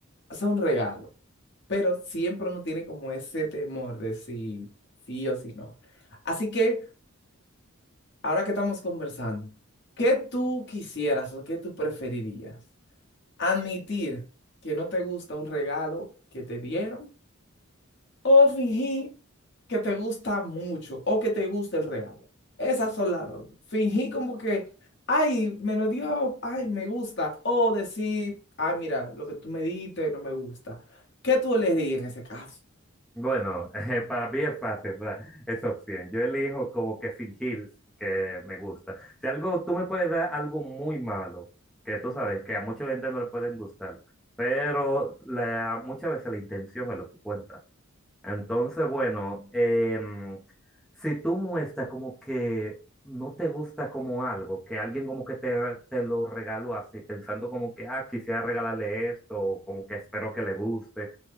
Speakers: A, on the left; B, in the centre.
A: hacer un regalo, pero siempre uno tiene como ese temor de si sí o si no. Así que ahora que estamos conversando, ¿qué tú quisieras o qué tú preferirías? ¿Admitir que no te gusta un regalo que te dieron o fingir que te gusta mucho o que te gusta el regalo? Esas son las dos. Fingir como que, ay, me lo dio, ay, me gusta. O decir, ay, mira, lo que tú me diste no me gusta. ¿Qué tú elegirías en ese caso?
B: Bueno, <laughs> eh, para mí es fácil ¿verdad? esa opción. Yo elijo como que fingir que me gusta. Si algo, tú me puedes dar algo muy malo, que tú sabes que a mucha gente no le pueden gustar, pero la, muchas veces la intención es lo que cuenta. Entonces, bueno, em, si tú muestras como que no te gusta como algo, que alguien como que te, te lo regaló así, pensando como que, ah, quisiera regalarle esto, o como que espero que le guste,